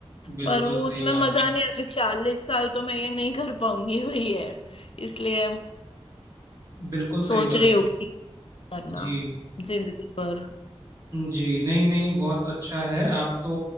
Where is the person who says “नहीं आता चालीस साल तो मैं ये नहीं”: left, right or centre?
Left